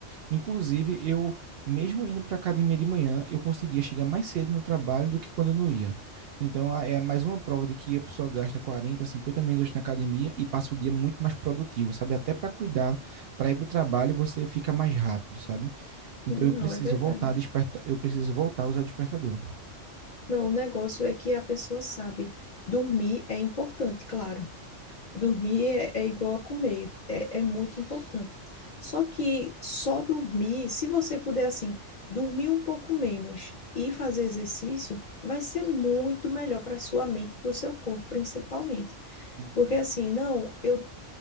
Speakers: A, on the right; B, on the left.
A: Inclusive, eu, mesmo indo para a academia de manhã, eu conseguia chegar mais cedo no trabalho do que quando eu não ia. Então, a- é mais uma prova de que a pessoa gasta 40 50 minutos na academia e passa o dia muito mais produtivo, sabe? Até para cuidar, para ir para o trabalho, você fica mais rápido, sabe? Então,
B: Não,
A: eu preciso
B: é verdade.
A: voltar a desperta... eu preciso voltar a usar despertador.
B: Não, o negócio é que a pessoa sabe, dormir é importante, claro, Dormir é, é igual a comer, é, é muito importante. Só que só dormir, se você puder assim, dormir um pouco menos e fazer exercício, vai ser muito melhor para sua mente e para o seu corpo, principalmente.
A: Uhum.
B: Porque assim, não, eu,